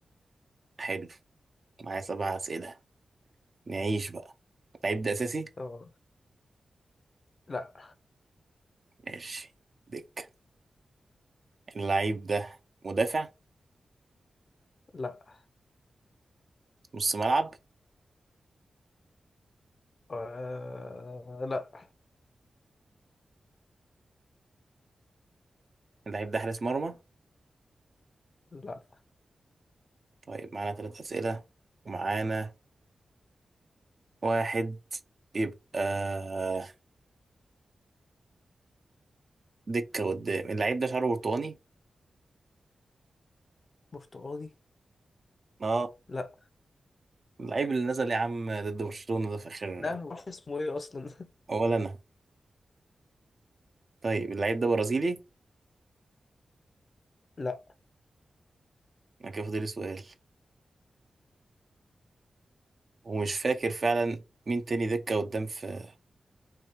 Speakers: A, on the right (about 55°); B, on the left (about 55°).
A: حلو معايا سبع أسئلة نعيش بقى اللعيب ده أساسي
B: آه. لا
A: ماشي دك اللعيب ده مدافع
B: لا
A: نص ملعب
B: آه... لا
A: اللعيب ده حارس مرمى
B: لا
A: طيب معانا ثلاث أسئلة ومعانا واحد يبقى آه، دكة قدام اللعيب ده شعره برتقاني
B: برتقالي
A: اه
B: لا
A: اللعيب اللي نزل يا عم ضد برشلونة ده في اخر
B: لا معرفش اسمه ايه اصلا
A: ولا انا طيب اللعيب ده برازيلي
B: <laughs> لا
A: انا كده فاضل لي سؤال ومش فاكر فعلا مين تاني دكة قدام في